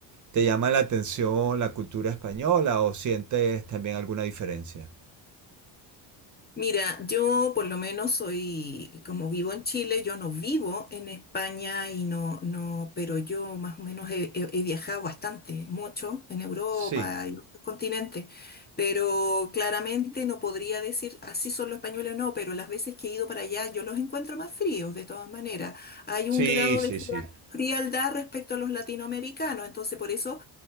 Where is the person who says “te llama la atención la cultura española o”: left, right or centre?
Right